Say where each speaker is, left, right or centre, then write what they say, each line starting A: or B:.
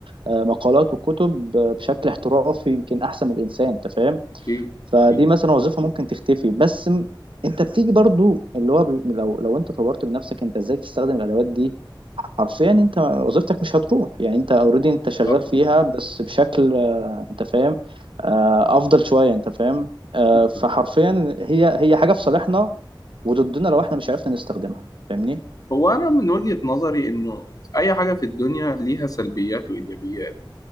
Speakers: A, on the right; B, on the left.
A: آه، مقالات وكتب آه، بشكل احترافي يمكن احسن من الانسان انت فاهم
B: اكيد
A: فدي
B: اكيد
A: مثلا وظيفة ممكن تختفي بس م- انت بتيجي برضو اللي هو بي... لو لو انت طورت من نفسك انت ازاي تستخدم الادوات دي حرفيا انت وظيفتك مش هتروح يعني انت اوريدي انت
B: بالظبط
A: شغال فيها بس بشكل آه، انت فاهم آه، افضل شوية انت فاهم آه، فحرفيا
B: بالظبط
A: هي هي حاجة في صالحنا وضدنا لو احنا مش عرفنا نستخدمها فاهمني
B: هو انا من وجهة نظري انه اي حاجة في الدنيا ليها سلبيات وايجابيات